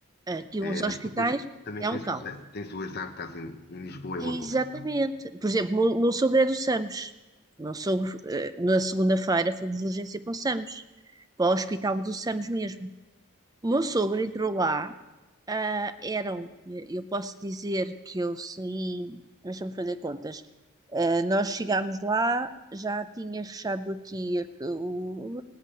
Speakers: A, on the right; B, on the left.
A: Aqui uns
B: É,
A: hospitais
B: mas tu depois também
A: é
B: tens,
A: um caos.
B: os, tens o azar de estás em, em Lisboa, é
A: Exatamente.
B: uma confusão.
A: Por exemplo, o meu, o meu sogro é do SAMS. O Meu sogro, eh, na segunda-feira fomos de urgência para o SAMS, para o hospital do SAMS mesmo. O meu sogro entrou lá Ah, eram, eh, eu posso dizer que eu saí, deixa-me fazer contas. Eh, nós chegámos lá, já tinha fechado aqui, eh, o,